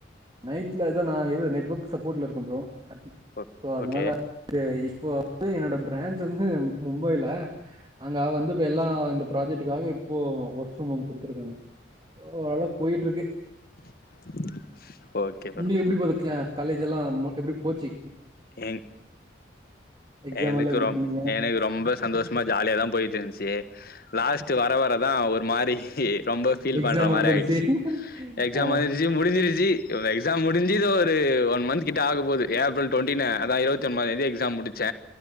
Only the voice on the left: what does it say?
ஓ
ஓகே
<unintelligible> ஓகே
ப்ரோ
ம்
எனக்கு
ரொம்
எனக்கு ரொம்ப சந்தோஷமா ஜாலியாதா போயிட்டு இந்துச்சி லாஸ்ட் வர வரதா ஒரு மாரி ரொம்ப ஃபீல்
பண்ற மார
ஆயிச்சி எக்ஸாம்
வந்துருச்சி முடிஞ்சிருச்சி எக்ஸாம் முடிஞ்சி இதோ ஒரு ஒன் மன்ந்க்கிட்ட ஆக போது ஏப்ரல் டொண்டின் அதா இருபத்தி ஒம்பதா தேதி எக்ஸாம் முடிச்ச